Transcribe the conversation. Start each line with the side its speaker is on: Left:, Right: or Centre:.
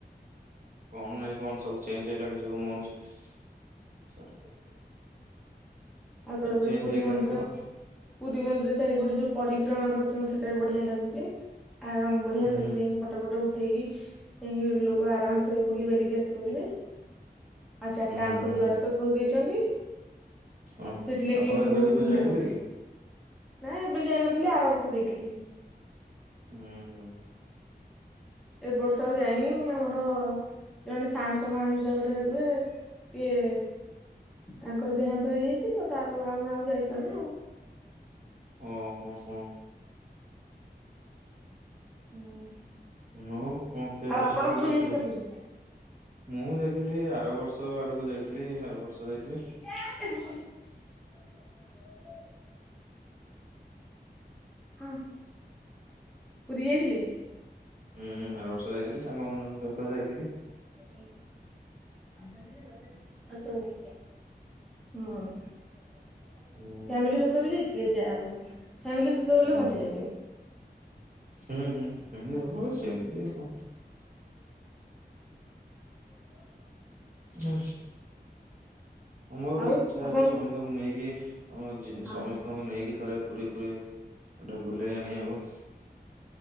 Right: କଣ ନାଇଁ କଣ ସବୁ ଚେଞ୍ଜ ହେଲାଣି ସବୁ ମୋହନ ସରକାର।
Centre: ଆ ଦ ଦ
Right: ଚେଞ୍ଜ
Centre: ପୁରୀ
Right: ହେଇଗଲାଣି
Centre: ମନ୍ଦୀର।
Right: ସବୁ
Centre: ପୁରୀ ମନ୍ଦିର ଚାରିପଟେ ଯୋଉ ପରିକ୍ରମା କରୁଛନ୍ତି, ସେଟା ବି ବଢିଆ ଲାଗୁଛି ଆଉ ବଢିଆ
Right: ହୁଁ
Centre: ସେଠି ଯାଇକି ଫଟୋ ଫଟୋ ଉଠେଇକି ଲୋକ ଆରାମସେ ବୁଲି ବାଲିକି ଆସିପାରିବେ। ଆ ଚାରିଟାଙ୍କ
Right: ହୁଁ ହୁଁ ହୁଁ
Centre: ଦ୍ୱାରତ ଖୋଲି ଦେଇଛନ୍ତି।
Right: ଓହୋ
Centre: ସେଥିଲାଗି
Right: ଆପଣ
Centre: ଏବେ ବହୁତ
Right: କେବେ
Centre: ଭିଡ
Right: ଯାଇଥିଲେ
Centre: ହଉଛି,
Right: କି?
Centre: ନାହିଁ ଏବେ ଯାଇନଥିଲି ଆର ବର୍ଷ ଯାଇଥିଲି।
Right: ହୁଁ ହୁଁ।
Centre: ଏ ବର୍ଷ ଆଉ ଯାଇନି, ଆମର ଜଣେ ସାଆନ୍ତ ମା ହିସାବରେ ହେବେ ସିଏ ତାଙ୍କର ଦେହାନ୍ତ ହେଇଯାଇଛି ତ ତାପରେ ଆମେ ଆଉ ଯାଇପାରିନୁ ଆଉ।
Right: ଓହୋ ହଁ।
Centre: ହୁଁ।
Right: ହଉ କଣ ଖିଆ
Centre: ଆଉ
Right: ପିଆ
Centre: ଆପଣ
Right: ସକାଳୁ
Centre: କେବେ
Right: କରିଥିଲେ।
Centre: ଯାଇଥିଲେ ପୁରୀ?
Right: ମୁଁ ଯାଇଥିଲି ଆର ବର୍ଷ ଆଡକୁ ଯାଇଥିଲି ଆର ବର୍ଷ ଯାଇଥିଲି।
Centre: <inaudible> ହଁ ପୁରୀ ଯାଇଥିଲେ।
Right: ହୁଁ ଆର ବର୍ଷ ଯାଇଥିଲି ସାଙ୍ଗମାନଙ୍କ ସହିତ ଯାଇଥିଲି।
Centre: <unintelligible> ହୁଁ ଫ୍ୟାମିଲି ସହିତ ବି ଯାଇଥିଲେ ଯାହା ହଉ ଫ୍ୟାମିଲି
Right: ହୁଁ
Centre: ସ ଲେ ମଜା
Right: ହୁଁ
Centre: ଲାଗିବ।
Right: ହୁଁ ହୁଁ ଏମତି ହଉ ସେମିତି ହୋଊ
Centre: ବ <unintelligible>
Right: ହୁଁ ମୋର ଗୋଟେ
Centre: ଆଉ
Right: ଇଚ୍ଛା
Centre: ଆପଣ
Right: ଅଛି ସମତୀକୁ ନେଇକି ଆମ
Centre: ହଁ
Right: ସମସ୍ତଙ୍କୁ ନେଇକି ଥରେ ପୁରୀ ପୁରୀ ଗୋଟେ ବୁଲେଇ ଆଣିବାକୁ।